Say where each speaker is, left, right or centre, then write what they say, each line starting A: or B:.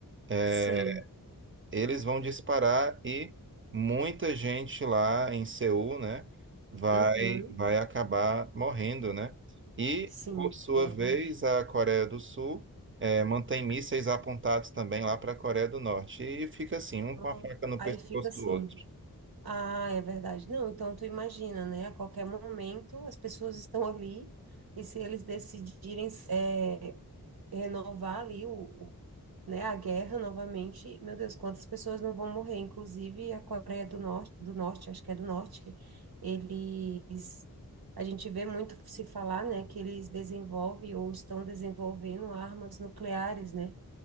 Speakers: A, on the right; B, on the right.
A: é,
B: Sim.
A: eles vão disparar e muita gente lá em Seul, né, vai,
B: Uhum.
A: vai acabar morrendo, né? E,
B: Sim,
A: por sua
B: verdade.
A: vez, a Coreia do Sul eh, mantém mísseis apontados também lá para a Coreia do Norte. E fica assim, um
B: Nossa.
A: com a faca no
B: Aí
A: pescoço
B: fica assim.
A: do outro.
B: Ah, é verdade. Não, então tu imagina, né? A qualquer momento as pessoas estão ali e se eles decidirem eh, renovar ali o, o- né, a guerra novamente, meu Deus, quantas pessoas não vão morrer? Inclusive a Coreia do Norte, do Norte, acho que é do Norte, eles, a gente vê muito se falar, né, que eles desenvolvem ou estão desenvolvendo armas nucleares, né?